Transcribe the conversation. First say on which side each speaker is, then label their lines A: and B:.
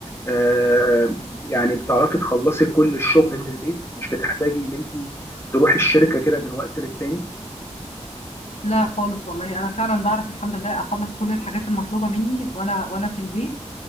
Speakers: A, on the left; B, on the left.
A: آه يعني بتعرفي تخلصي كل الشغل من البيت مش بتحتاجي ان انت تروحي الشركه كده من وقت للتاني
B: لا خالص والله انا فعلا بعرف الحمد لله اخلص كل الحاجات المطلوبة مني وانا وانا في البيت